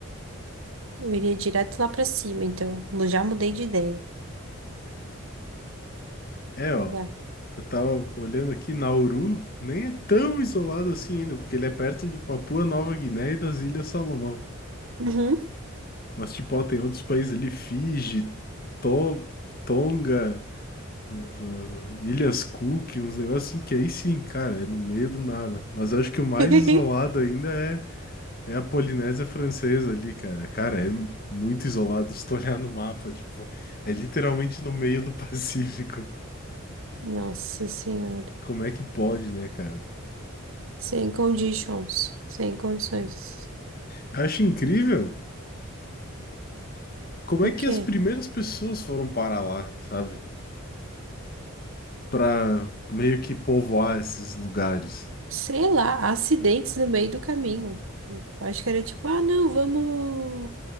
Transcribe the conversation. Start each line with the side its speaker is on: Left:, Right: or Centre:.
Right: Eu iria direto lá pra cima, então. Eu Já mudei de ideia.
Left: É, ó,
Right: Não dá.
Left: eu tava olhando aqui, Nauru nem é tão isolado assim ainda, porque ele é perto de Papua Nova Guiné e das Ilhas Salomão.
Right: Uhum.
Left: Mas, tipo, ó, tem outros países ali, Fiji, To- Tonga, v- Ilhas Cook, uns negócios assim que aí sim, cara, é no meio do nada. Mas eu acho que o mais
Right: <laughs>
Left: isolado ainda é, é a Polinésia Francesa ali, cara. Cara, é muito isolado <laughs> se tu olhar no mapa, tipo, é literalmente no meio do <laughs> Pacífico.
Right: Nossa Senhora.
Left: Como é que pode, né, cara?
Right: Sem conditions. Sem condições.
Left: Eu acho incrível como
Right: O
Left: é que
Right: quê?
Left: as primeiras pessoas foram parar lá, sabe? Pra meio que povoar esses lugares.
Right: Sei lá, acidentes no meio do caminho. Eu Acho que era tipo, ah, não, vamos.